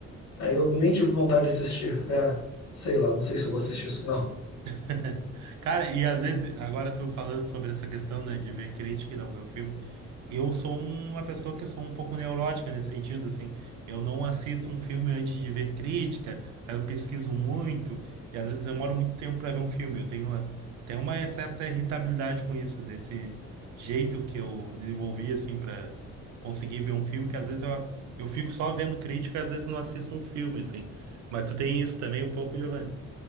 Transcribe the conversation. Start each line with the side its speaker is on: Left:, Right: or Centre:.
Left: Aí eu nem tive vontade de assistir. Falei, ah, sei lá, não sei se eu vou assistir isso não.
Right: <laughs> Cara, e às vezes, agora tu falando sobre essa questão, né, de ver crítica e não ver o filme, eu sou uma pessoa que eu sou um pouco neurótica nesse sentido, assim, eu não assisto um filme antes de ver crítica, aí eu pesquiso muito, e às vezes demoro muito tempo pra ver um filme, eu tenho uma, tenho uma certa irritabilidade com isso, desse jeito que eu desenvolvi, assim, pra conseguir ver um filme, que às vezes eu, eu fico só vendo crítica, às vezes não assisto um filme, assim, mas tu tem isso também um pouco, Giovanni?